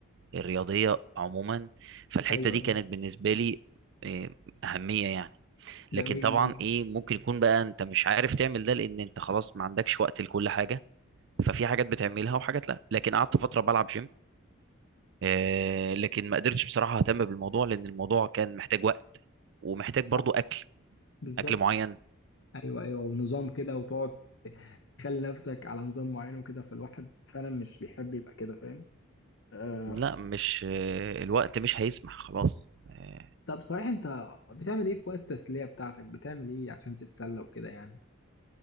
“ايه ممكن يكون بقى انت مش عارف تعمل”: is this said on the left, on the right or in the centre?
Right